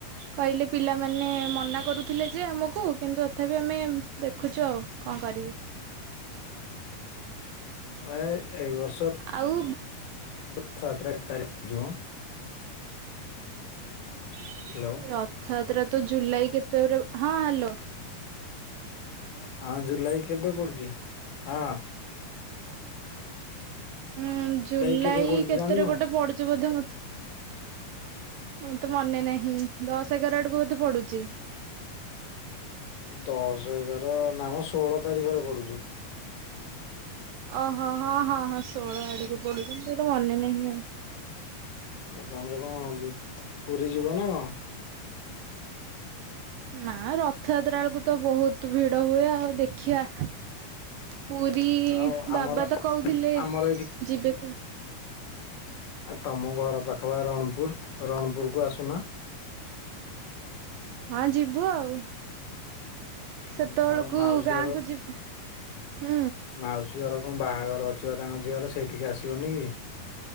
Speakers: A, on the right; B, on the left.
A: କହିଲେ ପିଲାମାନେ ମନା କରୁଥିଲେ ଯେ ଆମକୁ। କିନ୍ତୁ ତଥାପି ଆମେ ଦେଖୁଚୁ ଆଉ କଣ କରିବୁ?
B: ଅ ଏଇ ବର୍ଷ
A: ଆଉ
B: <unintelligible> ତାରିଖ ଯୋଉ
A: ହ
B: ହାଲୋ।
A: ରଥଯାତ୍ରା ତ ଜୁଲାଇ କେତେରେ ହଁ ହାଲୋ।
B: ହଁ ଜୁଲାଇ କେବେ ପଡୁଚି ହଁ।
A: ହୁଁ ଜୁଲାଇ
B: କେବେ ପଡୁଛି
A: କେତେରେ
B: ଜାଣିନୁ?
A: ଗୋଟେ ପଡୁଚି ବୋଧେ ମତେ ମୋତେ ମନେ ନାହିଁ ଦଶ ଏଗାର ଆଡକୁ ବୋଧେ ପଡୁଚି?
B: ଦଶ ଏଗାର ନାମ ଷୋହଳ ତାରିଖରେ ପଡୁଚି।
A: ଓହୋ ହଁ ହଁ ହଁ ଷୋଳ ଆଡକୁ ପଡୁଚି। ମୋର ମନେ ନାହିଁ ଆଉ।
B: ଆଉ ତମର କଣ ପୁରୀ ଯିବ ନା କଣ?
A: ନା ରଥଯାତ୍ରା ବେଳକୁ ତ ବହୁତ ଭିଡ ହୁଏ ଆଉ ଦେଖିବା। ପୁରୀ
B: ଆଉ ଆମର
A: ବାବା ତ କହୁଥିଲେ
B: ଆମର
A: ଯିବାକୁ।
B: ଆ ତମ ଘର ପାଖ ବା ରଣପୁର ରଣପୁର କୁ ଆସୁନ।
A: ହଁ ଯିବୁ ଆଉ
B: ହୁଁ
A: ସେତେବେଳକୁ
B: ଆଉ ମାଉସୀ
A: ଗାଁ
B: ଘର
A: କ ଯିବ ହୁଁ।
B: ମାଉସୀ ଘର କଣ ବାହାଘର ଅଛି ବା ତାଙ୍କ ଝିଅର ସେଇଠିକି ଆସିବନି କି?